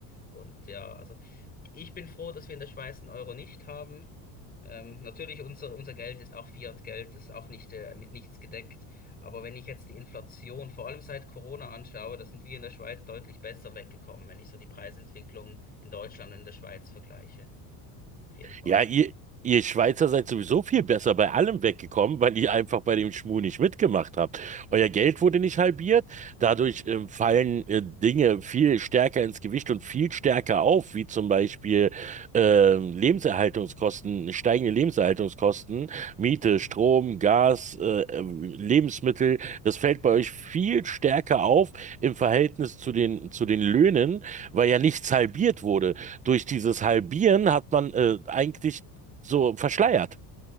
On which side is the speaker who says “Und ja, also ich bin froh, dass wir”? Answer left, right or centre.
Left